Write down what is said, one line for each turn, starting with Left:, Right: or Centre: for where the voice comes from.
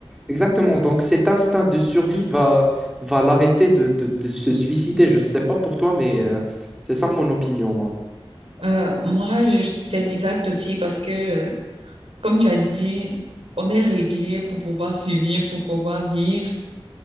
Centre: exactement, donc cet instinct de survie va, va l'arrêter de, de, de se suicider. Je ne sais pas pour toi, mais euh, c'est ça mon opinion, moi.
Right: Euh, moi, je- c'est exact aussi parce que, euh, comme tu as dit, on est réglé pour pouvoir survivre, pour pouvoir vivre.